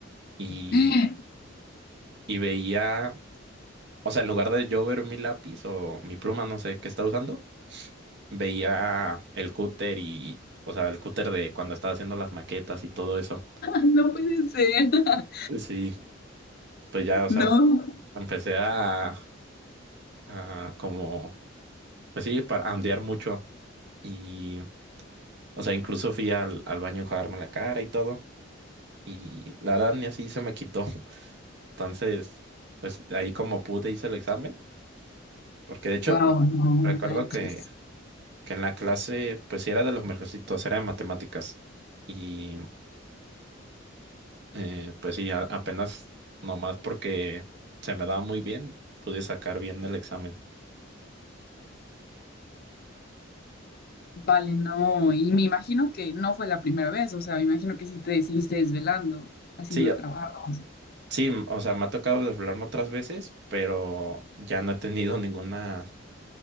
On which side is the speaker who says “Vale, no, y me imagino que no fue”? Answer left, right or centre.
Left